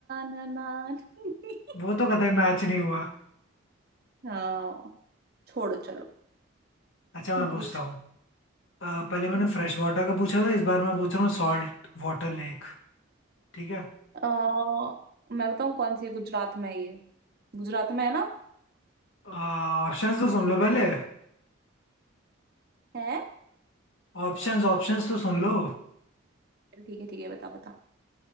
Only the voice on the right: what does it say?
ना ना ना।
हाँ छोड़ो चलो
तू
पूछ
हम्म।
अ, मैं बताऊँ कौन सी है गुजरात में है ये गुजरात में है ना
है
चल ठीक है ठीक है बता बता